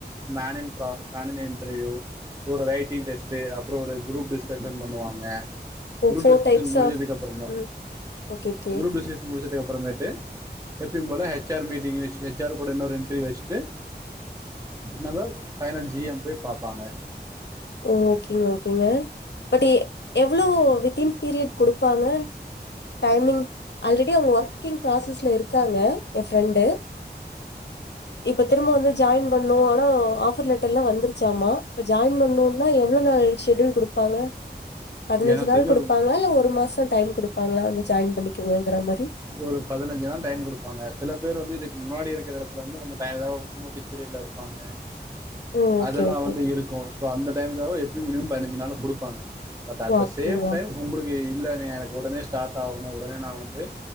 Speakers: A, on the right (about 20°); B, on the left (about 80°).
A: main process main interview ஒரு ரைட்டிங் டெஸ்ட்டு அப்புறம் ஒரு குரூப் டிஸ்கஷன் பண்ணுவாங்க
B: ஓ
A: group
B: four
A: discussion
B: types
A: முடிஞ்சதுக்கப்புறமா
B: of ம் ஓகே ஓகே
A: குருப் டிஸ்கஷன் முடிச்சதுக்கு அப்புறமேட்டு எப்பியும் போல எச் ஆர் மீட்டிங் வெச்சி எச் ஆர் ஒரு இன்னொரு இன்டர்வியூ வச்சுட்டு நம்ம ஃபைனல் ஜி எம் போய் பாப்பாங்க
B: ஓ ஓகேங்க ஓகேங்க பட் எவ்ளோ வித்தின் பீரியட் கொடுப்பாங்க டைமிங் ஆல்ரெடி அவங்க ஒர்க்கிங் ப்ராசஸ்ல இருக்காங்க என் ஃப்ரெண்டு இப்ப திரும்ப வந்து ஜாயின் பண்ணனும் ஆனா ஆஃபர் லெட்டர் எல்லாம் வந்துருச்சாமா இப்ப ஜாயின் பண்ணும்னா எவ்வளோ நாள் ஷெட்டியூல் குடுப்பாங்க பதினஞ்சு
A: எனக்கு
B: நாள்
A: தெரிஞ்சு
B: குடுப்பாங்களா
A: ஒரு
B: இல்ல ஒரு மாச டைம் குடுப்பாங்களா வந்து ஜாயின் பண்ணிக்கங்கங்கற மாரி
A: ஒரு பதினஞ்சு நாள் டைம் கொடுப்பாங்க சில பேர் வந்து இதுக்கு முன்னாடி இருக்கிற எடத்துலந்து கொஞ்ச டைம் ஏதாவது நோட்டீஸ் பீரியட்ல இருப்பாங் க
B: ஓ ஓகே
A: அதெல்லா
B: ஓகே
A: வந்து இருக்கு சோ அந்த டைம்காக எப்பயு மினிமம் பதினஞ்சு நாள்ள குடுப்பாங்க பட் அட்
B: ஓ
A: த
B: அப்டிங்களா
A: சேம் டைம் உங்களுக்கு இல்லன எனக்கு உடனே ஸ்டார்ட் ஆகணு உடனே நா வந்து